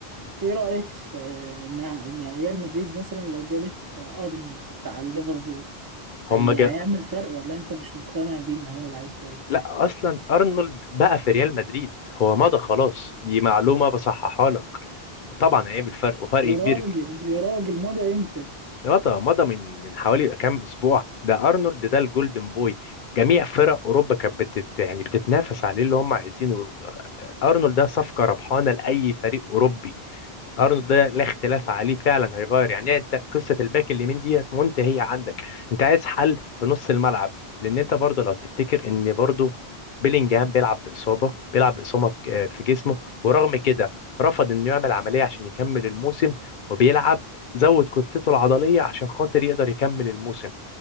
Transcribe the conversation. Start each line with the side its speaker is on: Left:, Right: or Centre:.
Right: إيه رأيك في إن إن ريال مدريد مثلا لو جابت أرنولد بتاع ليفربول
Left: هم
Right: هي
Left: جا...
Right: هيعمل فرق ولا أنت مش مقتنع بيه إن هو لعيب كويس؟
Left: لا أصلا أرنولد بقى في ريال مدريد هو مضى خلاص دي معلومة بصححها لك طبعا هيعمل فرق وفرق
Right: يا
Left: كبير
Right: راجل يا راجل مضى إمتى؟
Left: مضى مضى من من حوالي كام اسبوع ده ارنولد ده الجولدن بوي جميع فرق اوروبا كانت بتت يعني بتتنافس عليه اللي هم عايزينه آه، آه، ارنولد ده صفقه ربحانه لاي فريق اوروبي ارنولد ده لا اختلاف عليه فعلا هيغير يعني إيه؟ انت قصه الباك اليمين دي منتهيه عندك انت عايز حل في نص الملعب لان انت برضه لو تفتكر ان برضه بيلينجهام بيلعب باصابه بيلعب باصابه في آه، في جسمه ورغم كده رفض انه يعمل عمليه عشان يكمل الموسم وبيلعب زود كتلته العضليه عشان خاطر يقدر يكمل الموسم